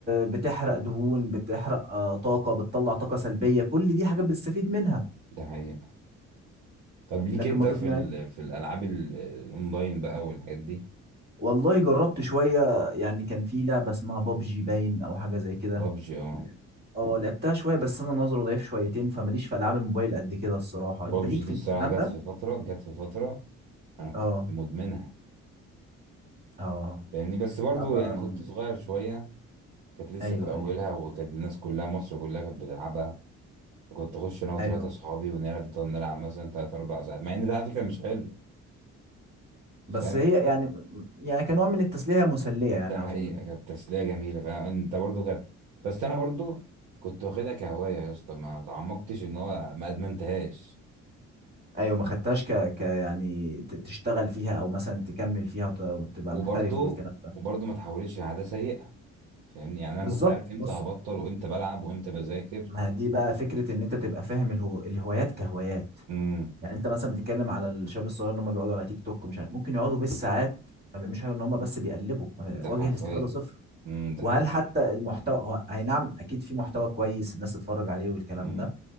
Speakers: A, on the right; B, on the right.
A: بتحرق دهون بتحرق آه، طاقه بتطلع طاقه سلبيه كل دي حاجات بتستفيد منها
B: ده حقيقه طب ليك
A: لكن
B: انت
A: ما تقنعني
B: في ال... في الالعاب ال... الاونلاين بقى والحاجات دي
A: والله جربت شويه يعني كان في لعبه اسمها بابجي باين او حاجه زي كده
B: بابجي اه
A: اه لعبتها شويه بس انا نظري ضعيف شويتين فماليش في العاب الموبايل قد كده الصراحه
B: بابجي
A: انت ليك
B: دي
A: في
B: الصراحه
A: الكلام
B: جت
A: ده
B: في فتره جت في فتره انا كنت
A: اه
B: مدمنها
A: اه
B: يعني بس برضو
A: لا ما
B: يعني كنت صغير شوية كانت لسه
A: ايوه
B: في أولها
A: ايوه
B: وكانت الناس كلها مصر كلها كانت بتلعبها كنت أخش أنا وتلاتة
A: ايوه
B: أصحابي ونفضل نلعب مثلا تلات أربع ساعات مع إن ده على فكرة مش حلو فاهم
A: بس هي يعني يعني كنوع من التسليه هي مسليه يعني
B: ده حقيقة
A: اظن
B: كانت تسلية جميلة فاهم أنت برضو كانت بس أنا برضو كنت واخدها كهواية يا اسطى ما تعمقتش إن هو ما أدمنتهاش
A: ايوه ما خدتهاش ك... ك يعني ت- تشتغل فيها او مثلا تكمل فيها وت... وتبقى
B: وبرضو
A: محترف والكلام ده
B: وبرضو ما تحولتش لعادة سيئة فاهمني يعني أنا
A: بالظبط
B: كنت عارف إمتى
A: بص
B: هبطل وإمتى بلعب وإمتى بذاكر
A: ما دي بقى فكره ان انت تبقى فاهم الهو... الهوايات كهوايات
B: امم
A: يعني انت مثلا بتتكلم على الشباب الصغير ان هم بيقعدوا على تيك توك مش عارف ممكن يقعدوا بالساعات ما بيعملوش حاجه ان هم بس بيقلبوا
B: ده
A: وجه
B: حرفيا
A: الاستفاده صفر
B: امم ده
A: وهل حتى المحتوى هو اي نعم اكيد في محتوى كويس الناس تتفرج عليه والكلام
B: حقيقي
A: ده